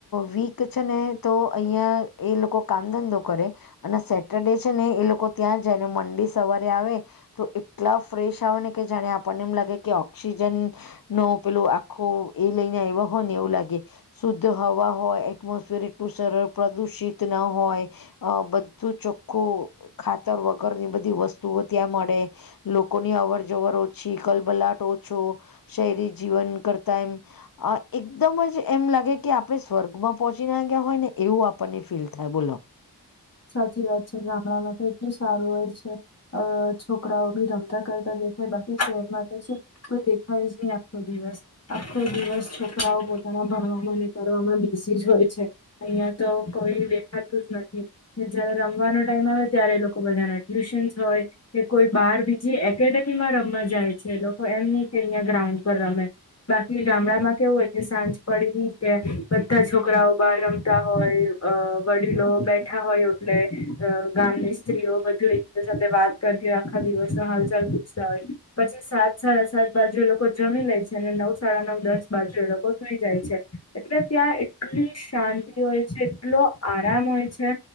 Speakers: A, on the left; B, on the left.
A: વીક છે ને તો અહિયાં એ લોકો કામ ધંધો કરે અને સેટરડે છે ને એ લોકો ત્યાં જાયને મંડે સવારે આવે તો એટલા ફ્રેશ આવે ને કે જાણે આપણને એમ લાગે કે ઓક્સિજન નો પેલું ખો એ લઈને આવ્યા હોય ને એવું લાગે શુદ્ધ હવા હોય એટમોસફિર એટલું સરળ પ્રદુષિત ના હોય. અ બધું ચોખ્ખું ખાતર વગર ની બધી વસ્તુઓ ત્યાં મળે લોકોની અવર જવર ઓછી કલબલાટ ઓછો શહેરી જીવન કરતા તાઈ અ એકદમ જ એમ લાગે કે આપણે સ્વર્ગમાં પહોંચી ના ગ્યા હોય ને એવું આપણને ફીલ થાય બોલો
B: સાચી વાત છે ગામડામાં તો એટલું સારું હોય છે. અ છોકરાઓ ભી રમતા કરતા દેખાય બાકી શહેરમાં છે કોઈ દેખાય જ નહી આખો દિવસ આખો દિવસ છોકરાઓ પોતાના ભણવામાં અને કરવામાં બેસી જ હોય છે. અહિયાં તો કોઈ દેખાતું જ નથી. જયારે રમવાનો ટાઈમ આવે ત્યારે લોકો બધાના ટ્યુશન્સ હોય. કે કોઈ બાર બીજી એકેડેમી માં રમવા જાય છે લોકો એમ નહ કે અહિયાંયા ગ્રાઉન્ડ પર રમે બાકી ગામડા માં કેવું હોય કે સાંજ પડીની કે બધા છોકરાઓ બહાર રમતા હોય અ વડીલો બે ા હોય એટલે ગામની સ્ત્રીઓ બધુ એક સાથે વાત કરતી હોય આખા દિવસ હાલચાલ સરી પછી સાત સાડા સાત બાજુ એ લોકો જમી લે છે અને નવ સાડા નવ દસ બાજુ એ લોકો સુઈ જાય છે. એટલે ત્યાં એટલી શાંતિ હોય છે એટલો આરામ હોય છે.